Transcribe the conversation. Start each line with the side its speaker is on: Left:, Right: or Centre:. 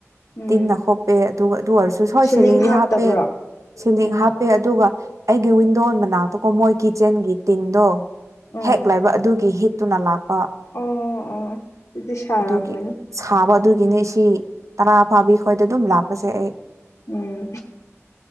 Left: ꯎꯝ
Right: ꯇꯤꯟꯅ ꯈꯣꯞꯄꯦ ꯑꯗꯨꯒ ꯑꯗꯨ ꯑꯣꯏꯔꯁꯨ ꯁꯣꯏ
Left: ꯁꯤꯂꯤꯡ
Right: ꯁꯤꯂꯤꯡꯗꯤ
Left: ꯍꯥꯞꯇꯕ꯭ꯔꯣ
Right: ꯍꯥꯞꯄꯦ ꯁꯤꯂꯤꯡ
Left: ꯎꯝ
Right: ꯍꯥꯞꯄꯦ ꯑꯗꯨꯒ ꯑꯩꯒꯤ ꯋꯤꯟꯗꯣ ꯃꯅꯥꯛꯇꯀꯣ ꯃꯣꯏ ꯀꯤꯠꯆꯦꯟꯒꯤ ꯇꯤꯟꯗꯣ
Left: ꯎꯝ
Right: ꯍꯦꯛ ꯂꯩꯕ ꯑꯗꯨꯒꯤ ꯍꯤꯠ ꯇꯨꯅ ꯂꯥꯛꯄ
Left: ꯑꯣ ꯑꯣ ꯑꯗꯨꯗꯤ ꯁꯥꯔꯝꯒꯅꯤ
Right: ꯑꯗꯨꯒꯤ ꯁꯥꯕ ꯑꯗꯨꯒꯤꯅꯤ ꯁꯤ ꯇꯔꯥ ꯐꯥꯕꯤ ꯑꯩꯈꯣꯏꯗ ꯑꯗꯨꯝ ꯂꯥꯛꯄꯁꯦ ꯑꯩ
Left: ꯎꯝ